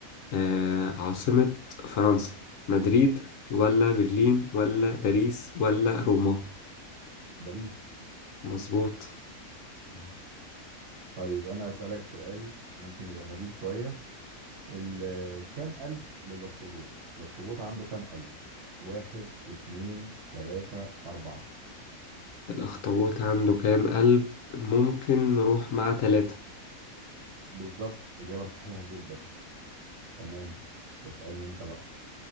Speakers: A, on the left; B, on the right.
A: آه، عاصمة فرنسا؟ مدريد ولا برلين ولا باريس ولا روما؟
B: باريس
A: مظبوط
B: مم. طيب انا اسألك سؤال ممكن يبقى غريب شوية ال- كم قلب للأخطبوط الأخطبوط عنده كم قلب واحد اتنين تلاتة أربعة
A: الأخطبوط عنده كام قلب؟ ممكن نروح مع تلاتة
B: بالظبط إجابة صحيحة جدا تمام اسألني انت بقى